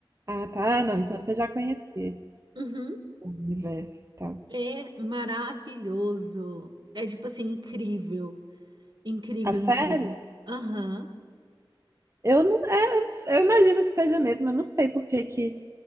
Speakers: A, on the right; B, on the right.
A: Ah, tá, ah, não, então você já conhecia
B: Uhum.
A: o universo e tal.
B: É maravilhoso. É tipo assim, incrível. Incrível,
A: A série?
B: incrível. Aham.
A: Eu não Eu imagino que seja mesmo, eu não sei por que que,